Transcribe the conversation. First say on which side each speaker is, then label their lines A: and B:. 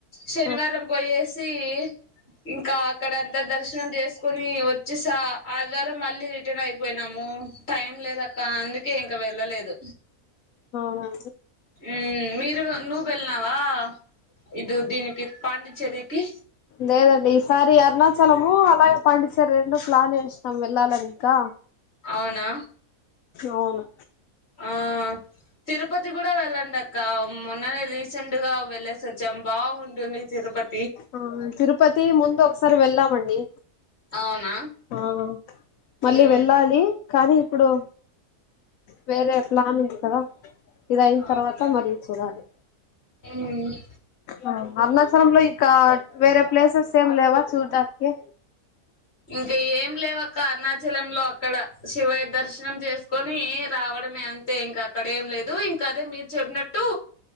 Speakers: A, on the left; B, on the left.
A: శనివారం
B: ఆ
A: పోయేసి సి ఇంకా అక్కడ అంతా దర్శనం చేసుకొని వచ్చి వచ్చేస ఆ ఆదివారం మళ్ళీ రిటర్న్ అయిపోయినం హ్మ్ టైం లేదక్క అందుకే ఇంక వెళ్ళలేదు
B: ఆహా
A: ఊ మీరు ఇరు నువు వెల్నావా ఇదు దీనికి పాండిచ్చేరికి
B: లేదండి ఈసారి అరుణాచలము అలాగే పాండిచ్చేరి రెండు ప్లాన్ చేసినాం వెళ్ళాలనింకా
A: అవునా
B: అవును
A: ఆ తిరుపతి కూడా వెళ్ళండి అక్క మొన్ననే రీసెంట్ గా వెళ్లేేసి వచ్చాం బాగుంటుంది తిరుపతి
B: ఆ తిరుపతి ముందు సరే వెళ్ళామండి
A: అవునా
B: ఆ
A: ఉమ్
B: మళ్ళీ వెళ్ళాలి కానీ ఇప్పుడు వేరే ప్లాన్ ఉంది కదా ఇదయిన తర్వాత
A: అవును
B: మళ్ళీ చూడాలి
A: ఉమ్
B: ఆ అరుణాచలంలో ఇంకా వేరే ప్లేసెస్ ఏం లేవా చూడ్డానికి
A: ఇంక ఏం లేవు అక్క అరుణాచలంలో అక్కడ శివయ్య దర్శనం చేసుకొని రావడమే అంతే ఇంకా అక్కడ ఏం లేదు ఇంకా అదే మీరు చెప్పినట్టు